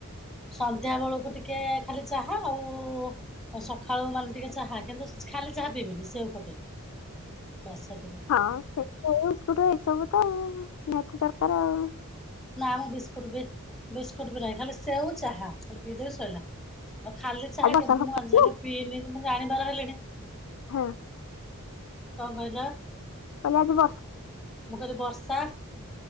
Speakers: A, in the centre; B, on the left.
A: ସନ୍ଧ୍ୟା ବେଳକୁ ଟିକେ ଖାଲି ଚା ହ ଆଉ ସକାଳୁ ମାନେ ଟିକେ ଚାହା। କିନ୍ତୁ ଖାଲି ଚାହା ପିଇବିନି ସେଉ ପକେଇକି ବାସ୍ ସେତିକି
B: ହଁ ସେ ଏଇ ସବୁ ତ ନିହାତି ଦରକାର ଆଉ
A: ନା ମୁଁ ବିସ୍କୁଟ ବି ବିସ୍କୁଟ ବି ନାହିଁ, ଖାଲି ସେଉ ଚାହା ଖାଲି ପିଇଦେବି ଶଇଲା। ଆଉ ଖାଲି ଚାହା
B: ଆଜି ବର୍ଷା
A: କେବେ
B: ଫର୍ଷା
A: ମୁଁ ଆଜି
B: ହେଇଥିଲା
A: ଯାଗେ ପିଇନି, ମୁଁ ଜାଣିବାର ହେଲିଣି।
B: ହୁଁ।
A: କଣ କହିଲ?
B: ତାହାଲେ ବସ
A: ମୁଁ କହିଲି ବର୍ଷା,